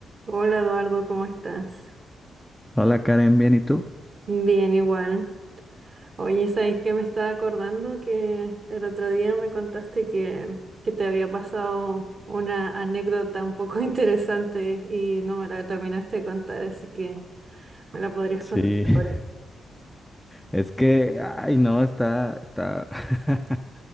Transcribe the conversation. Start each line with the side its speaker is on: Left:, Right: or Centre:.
Right: Hola Eduardo, ¿cómo estás?
Centre: Hola Karen, ¿bien y tú?
Right: Bien, igual. Oye, ¿sabes que me estaba acordando? Que el otro día me contaste que, que te había pasado una anécdota un poco <laughs> interesante y no me la terminaste de contar, así que me la podrías
Centre: Sí,
Right: contar
Centre: <laughs>
Right: ahora.
Centre: es que, ay, no, está, está. <laughs>